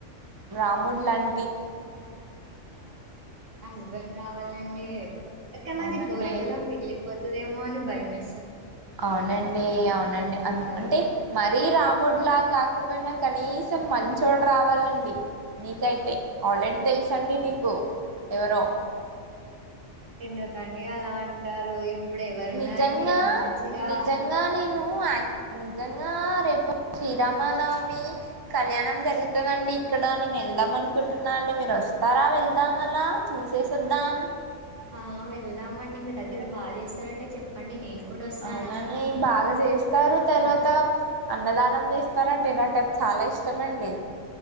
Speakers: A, on the right; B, on the right.
A: రాముడులాం
B: హస్బెండ్ రావాలండి అక్క నాది
A: అవునండి
B: కోరికలా మిగిలిపోతుదేమో అని భయమే
A: అవునండి అవునండి అ
B: బయట
A: అంటే మరీ రాముడులా గాక పో పోయినా కనీసం మంచోడు రావాలండి నీకైతే ఆల్రెడీ తెలుసండి నీకు ఎవరో
B: ఎన్ను కం అలా అంటారు ఇప్పుడు ఎవరున్నారండి
A: నిజంగా
B: అంత మంచిగా
A: నిజంగా నేను నిజంగా రేపు శ్రీరామనవమి కళ్యాణం జరుగుతదండి ఇక్కడ నేను వెళ్దాం అనుకుంటున్నా అండి మీరు వస్తారా వెళ్దాం అలా చూసేసద్దాం
B: ఆ వెళ్దామండి మీ దగ్గర బాగా జేస్తారంటే చెప్పండి నేను కూడా వస్తాను
A: అవునండి బాగా జేస్తారు
B: మ్మ్.
A: తర్వాత అన్నదానం జేస్తారండి నాకు అది చాలా ఇష్టం అండి